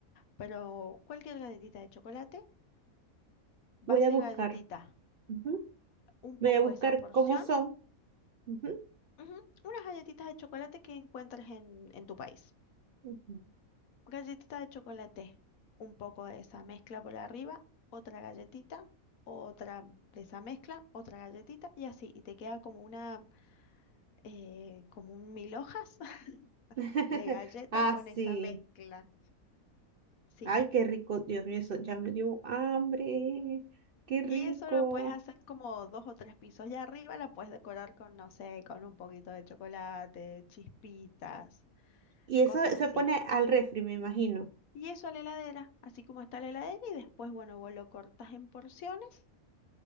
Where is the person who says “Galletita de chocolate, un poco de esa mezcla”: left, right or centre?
Left